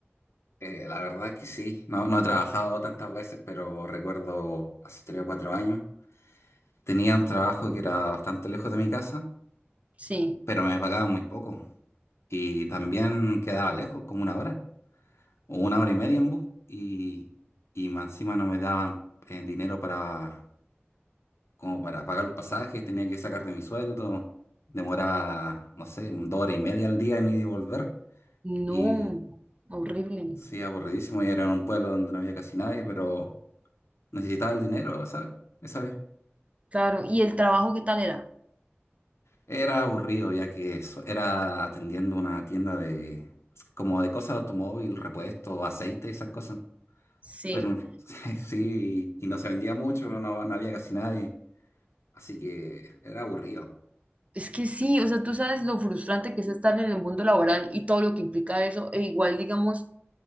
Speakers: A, on the left; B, on the right.
A: eh, la verdad es que sí. No, no he trabajado tantas veces, pero recuerdo hace tres o cuatro años. Tenía un trabajo que era bastante lejos de mi casa,
B: Sí,
A: pero me pagaban muy poco. Y también quedaba lejos, como una hora o una hora y media en bus. Y, y más encima no me daban eh, dinero para como para pagar los pasajes, tenía que sacar de mi sueldo. Demoraba, no sé, dos horas y media al día en ir y volver. Y
B: no, horrible.
A: sí, aburridísimo. Y era en un pueblo donde no había casi nadie, pero necesitaba el dinero, ¿sabes? Esa vez.
B: Claro, ¿y el trabajo qué tal era?
A: Era aburrido, ya que so- era atendiendo una tienda de, como de cosas de automóvil, repuestos, aceite, esas cosas.
B: Sí,
A: Pero <laughs> sí, y no se vendía mucho, no, no había casi nadie. Así que era aburrido.
B: es que sí, o sea, tú sabes lo frustrante que es estar en el mundo laboral y todo lo que implica eso, e igual, digamos,